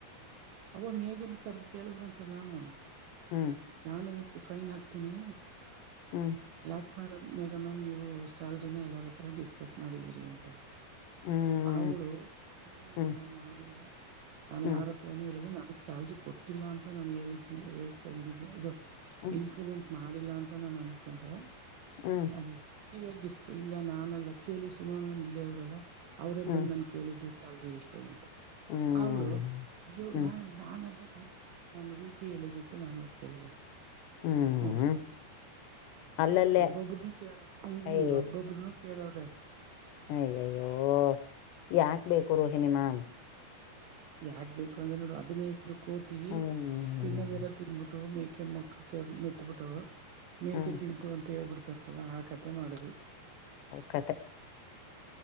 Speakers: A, on the right; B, on the left.
A: ಅವ ಮೇಗನ್ ಕರೆದು ಕೇಳಿದ್ರಂತೆ ಮ್ಯಾಮು
B: ಹ್ಮ್
A: ನಾನು ನಿಮ್ಗೆ ಫೈನ್ ಹಾಕ್ತೀನಿ
B: ಹ್ಮ್
A: ಯಾಕ ಮೇಡಮ್ ಮೇಗ ಮ್ಯಾಮ್ ನೀವು ಸ್ಯಾಲ್ರಿನ ಎಲ್ಲಾರರ ಡಿಸ್ಕಸ್ ಮಾಡಿದೀರಿ ಅಂತ
B: ಹ್ಮ್
A: ಅವಳು ನ ಮ್ಯಾಮ್
B: ಹ್ಮ್
A: ನಾನು ಮಾಡಿಲ್ಲ ನಾನು
B: ಹ್ಮ್
A: ಯಾರತ್ರ ಹತ್ರ ಹೇಳಿದ ನನಗೆ ಸ್ಯಾಲ್ರಿ ಕೊಟ್ಟಿಲ್ಲ ಅಂತ ನಾನು ಹೇಳಿದ್ದನಿ ಹೇಕೊಂಡಿದ್ದನಿ ಇದು
B: ಹ್ಮ್
A: ಇನ್ಕ್ರಿಮೆಂಟ್ ಮಾಡಿಲ್ಲ ಅಂತ ನಾನು ಅಂದ್ಕೊಂಡೆ
B: ಹ್ಮ್
A: ಅ ನೀವ್ ಯಿಸ ಇಲ್ಲ ನಾನಲ್ಲ ಕೇಳಿ ಸುಮಾ ಮ್ಯಾಮ್ ಇಲ್ಲೇ ಅವ್ರಲ್ಲ ಅವರೇ
B: ಹ್ಮ್
A: ಬಂದ್ ನನ್ ಕೇಳಿದ್ದು ಎಲ್ರಿ ಇಷ್ಟು ಅಂತ
B: ಹ್ಮ್
A: ಅವಳು ಅಯ್ಯೋ
B: ಹ್ಮ್
A: ಮ್ಯಾಮ್ ನಾನಲ್ಲ ಮ್ಯಾಮ್ ನಾನು ವಿ ಪಿ ಹೇಳದಕ್ಕೆ ನಾನು ಕೇಳಿದೆ
B: ಹ್ಮ್
A: ನ
B: ಅಲ್ಲಲ್ಲೇ
A: ಒಬ್ಬೊಬ್್ರನು ಕೇಳ ಹ್ಮ್ ಹ್ಮ
B: ಅಯ
A: ಒಬ್ಬೊಬ್ಬ್ರನುೂ ಕೇಳವ್ರೆ
B: ಅಏಯ್ಯಯ್ಯೋ ಯಾಕ್ ಬೇಕು ರೋಹಿಿನಿಮಾಮ್
A: ಯಾಕ್ಬೇಕು ಅಂದ್ರೆ ನೋಡು ಅದನ್ನೇ ಇ್ದು ಕೋತಿ
B: ಹ್ಮ್
A: ತಿನ್ನದೆಲ್ಲ ತಿನ್ಬಿಟ್ಟವು ಮೇಕೆ ಮಕ್ಕಕ್ಕೆ ಮೆತ್ತಬಿಟ್ಟವು ಮೇಕೆ
B: ಹ್ಮ್
A: ತಿಂತು ಅಂತ ಹೇಳ್ಬಿಡ್ತ ಅಂತಲ್ಲ ಆ ಕತೆೆ ಮಾಡಿದ್ಲು
B: ಕತೆೆ